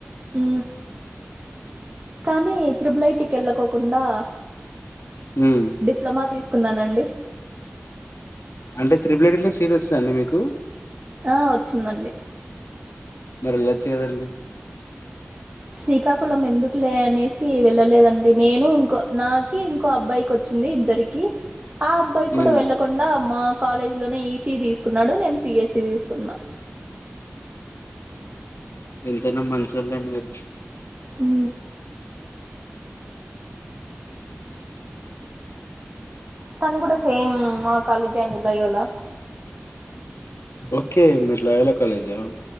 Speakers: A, on the right (about 35°); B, on the left (about 80°).
A: హు కానీ త్రిబులైటికి వెళ్ళక కుండా
B: ఉమ్
A: డిప్లొమా తీసు ఉన్నానండి.
B: అంటే త్రిపులైట్ట్లో సీట్ వచ్చందండి మీకు
A: ఆ వచ్చిందండి.
B: మరి వెళ్ళొచ్చు కదా అండి
A: శ్రీకాకుళం ఎందుకు లే అనేసి వెళ్ళలేదండి నేను ఇంకో నాకి ఇంకో అబ్బాయికి వచ్చింది ఇద్దరికి ఆ అబ్బాయి కూడా
B: ఉమ్
A: వెళ్ళలకుండా మా కాలేజ్ లోనే ఈసీ తీసుకున్నాడు నేను సిఎస్సి తీసుకున్నా
B: ఎంతైనా మంచోళ్ళు లేండి మీరు
A: హు తను కూడా కూడా సేమ్ మ కలు <unintelligible> వాలా
B: ఓకే మీరూ లయోలా కాలేజా